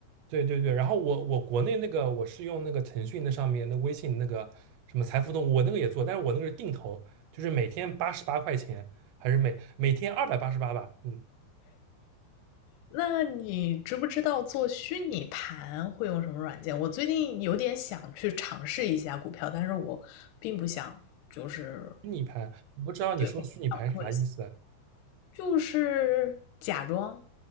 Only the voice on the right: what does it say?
对对对。然后我我国内那个我是用那个腾讯那上面那微信那个什么财付通，我那个也做，但是我那个是定投，就是每天八十八块钱，还是每每天二百八十八吧。嗯，
虚拟盘，我不知道你说虚拟盘是啥意思啊